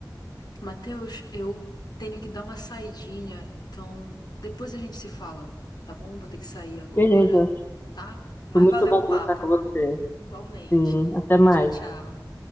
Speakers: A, on the left; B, on the left.
A: Matheus, eu tenho que dar uma saidinha, então depois a gente se fala, tá bom? Vou ter que sair agora,
B: Beleza,
A: tá? Mas
B: foi muito
A: valeu
B: bom
A: o
B: conversar
A: papo,
B: com você.
A: igualmente.
B: Sim, até mais.
A: Tchau, tchau.